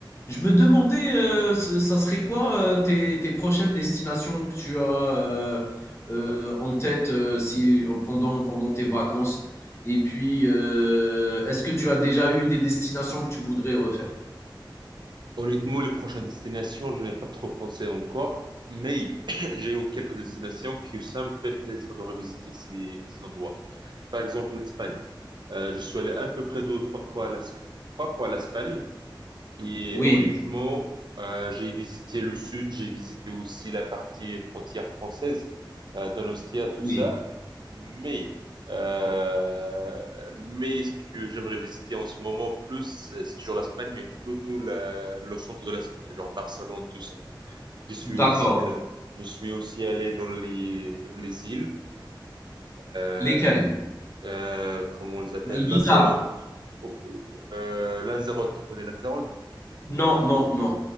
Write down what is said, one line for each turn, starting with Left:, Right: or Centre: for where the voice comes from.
Left: Je me demandais, euh, ce- ça serait quoi euh, tes, tes prochaines destinations que tu as euh, euh, en tête euh, si, euh, pendant, pendant tes vacances? Et puis, euh, est-ce que tu as déjà eu des destinations que tu voudrais refaire?
Right: Honnêtement, les prochaines destinations, je n'ai pas trop pensé encore, mais <coughs> <clears throat> j'ai eu quelques destinations que ça me fait plaisir de revisiter ces, ces endroits. Par exemple, l'Espagne. Euh, je suis allé à peu près deux ou trois fois à l'As- trois fois à l'Espagne. Et
Left: Oui,
Right: honnêtement, euh, j'ai visité le sud, j'ai visité aussi la partie frontière française, euh, Donostia, tout
Left: oui,
Right: ça. Mais, euh, mais ce que j'aimerais visiter en ce moment plus, euh, c'est toujours l'Espagne, mais plutôt la- le centre de l'Espagne, genre Barcelone, tout ça. Je suis aussi,
Left: d'accord.
Right: allé- je suis aussi allé dans les, dans les îles, euh,
Left: Lesquelles?
Right: euh, comment on les appelle,
Left: Ibiza?
Right: Lanzarote. Oh, Euh, Lanzarote, tu connais Lanzarote?
Left: Non, non, non.